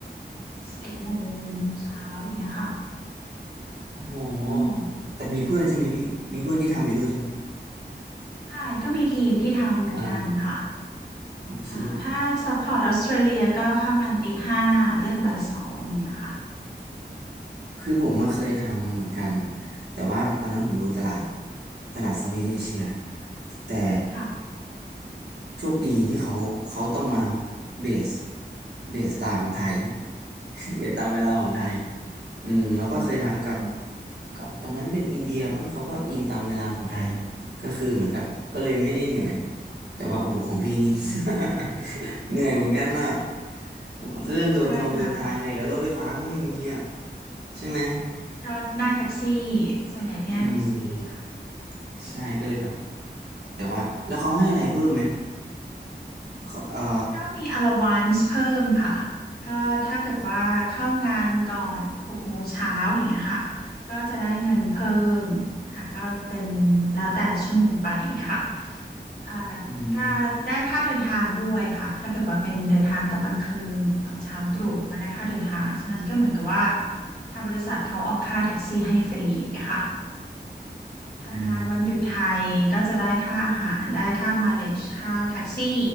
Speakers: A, on the left; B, on the right.
A: สิบเอ็ดโมงเช้าอย่างเงี้ยค่ะ
B: โอ้โห
A: อืม
B: แต่มีเพื่อนใช่ไหมพี่ มีเพื่อนที่ทำอยู่ด้วยใช่ไหม
A: ใช่ก็มีทีมที่ทำเหมือนกันค่ะ
B: อ่าโอเค
A: อ่าถ้าซัพพอร์ตออสเตรเลียก็เข้างานตีห้าเลิกบ่ายสองอย่างเงี้ยค่ะ
B: คือผมมาเคยทำเหมือนกัน แต่ว่าตอนนั้นผมดูตลาด ตลาดเซาท์อีสต์เอเชียแต่
A: ค่ะ
B: โชคดีที่เขาเขาต้องมาเบสเบสตามไทย <laughs> เบสตามเวลาของไทยอืมแล้วก็เคยทำกับ
A: อืม
B: กับตอนนั้นเป็นอินเดียมั้งเขาก็อิงตามเวลาของไทยก็คือเหมือนกับก็เลยไม่ได้เหนื่อย
A: ค่ะ
B: แต่ว่าโอ้โหของพี่นี่
A: อืม
B: <laughs> เหนื่อยเหมือนกันน่ะโอ้โหเรื่องเดินทงเดินทางเลยแล้วรถไฟฟ้าก็ไม่มีอ่ะ
A: ใช่ค่ะ
B: ใช่ไหม
A: ก็นั่งแท็กซี่ส่วนใหญ่พี่นั่งแท็กซี่ค่ะ
B: อืมใช่ก็เลยแบบแต่ว่าแล้วเขาให้อะไรเพิ่มไหมเขาเอ่อ
A: ก็มี allowance เพิ่มค่ะก็ถ้าเกิดว่าเข้างานก่อนหกโมงเช้าอย่างเงี้ยค่ะก็จะได้เงินเพิ่มค่ะก็เป็นแล้วแต่ชั่วโมงไปอย่างเงี้ยค่ะอ่า
B: อืม
A: ก็ได้ค่าเดินทางด้วยค่ะถ้าเกิดว่าเป็นเดินทางตอนกลางคืนหรือตอนเช้าตรู่ก็ได้ค่าเดินทาง ฉะนั้นก็เหมือนกับว่าทางบริษัทเขาออกค่าแท็กซี่ให้ฟรีอย่างเงี้ยค่ะ ทำงานวันหยุดไทยก็จะได้ค่าอาหารได้ค่ามาเลจค่าแท็กซี่
B: อ่า